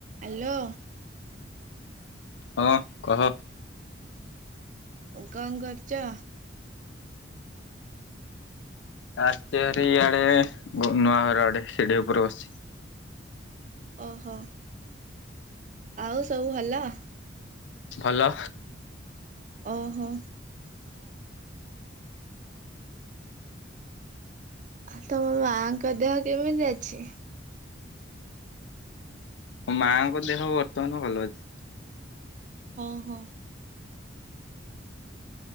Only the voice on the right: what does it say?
Hello
କଣ କରୁଛ?
ଓହୋ। ଆଉ ସବୁ ଭଲ?
ଓହୋ। ତୋ ମାଙ୍କ ଦେହ କେମିତି ଅଛି?
ଓ ହୋ।